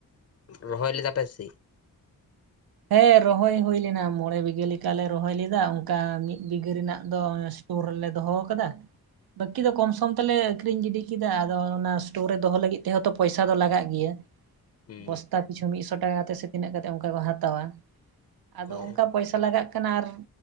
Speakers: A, on the left (about 45°); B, on the right (about 85°).
A: ᱨᱚᱦᱚᱭ ᱞᱮᱫᱟ ᱯᱮ ᱥᱤ
B: ᱦᱮᱸ ᱨᱚᱦᱚᱭ ᱦᱩᱭ ᱞᱮᱱᱟ ᱢᱚᱬᱮ ᱵᱤᱜᱷᱟᱹ ᱞᱮᱠᱟᱞᱮ ᱨᱚᱦᱚᱭ ᱞᱮᱫᱟ ᱚᱱᱠᱟ ᱢᱤᱫ ᱵᱤᱜᱷᱟᱹ ᱨᱮᱱᱟᱜ ᱫᱚ ᱥᱴᱩᱨ ᱨᱮᱞᱮ ᱫᱚᱦᱚ ᱟᱠᱟᱫᱟ ᱵᱟᱹᱠᱤ ᱫᱚ ᱠᱚᱢ ᱥᱚᱢ ᱛᱮᱞᱮ ᱟᱠᱷᱨᱤᱧ ᱜᱤᱰᱤ ᱠᱮᱫᱟ ᱟᱫᱚ ᱚᱱᱟ ᱥᱴᱳᱨ ᱨᱮ ᱫᱚᱦᱚ ᱞᱟᱹᱜᱤᱫ ᱛᱮᱦᱚᱸ ᱛᱚ ᱯᱚᱭᱥᱟ ᱫᱚ ᱞᱟᱜᱟᱜ ᱜᱮᱭᱟ
A: ᱦᱩᱸ
B: ᱵᱚᱥᱛᱟ ᱯᱤᱪᱷᱩ ᱢᱤᱫᱥᱚ ᱴᱟᱠᱟ ᱠᱟᱛᱮᱫ ᱥᱮ ᱛᱤᱱᱟᱹᱜ ᱠᱟᱛᱮᱫ ᱚᱱᱠᱟ ᱠᱚ ᱦᱟᱛᱟᱣᱟ ᱟᱫᱚ
A: ᱚ
B: ᱚᱱᱠᱟ ᱯᱚᱭᱥᱟ ᱞᱟᱜᱟᱜ ᱠᱟᱱᱟ ᱟᱨ